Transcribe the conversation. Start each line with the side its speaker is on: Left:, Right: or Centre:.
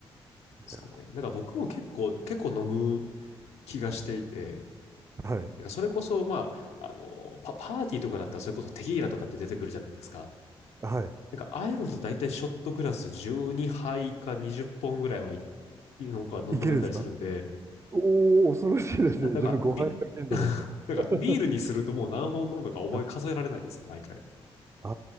Left: すかね。
Right: いや
Left: なんか僕も結構、結構飲む気がしていて、
Right: はい。
Left: なんかそれこそ、まあ、あの、パ、パーティーとかだったら、それこそテキーラとかって出てくるじゃないですか。
Right: はい。
Left: なんか、ああいうのと大体ショットグラス12杯か20本ぐらいはい、なんかの飲めたりするんで、
Right: いけるんですかおおー、恐ろしいですね。
Left: な、なんか、
Right: 自分5杯かけるのですね。
Left: ビ、<laughs> なんかビールにするともう何本飲んだか覚え数えられないんですよ、
Right: <laughs> はい。
Left: 毎回。
Right: あ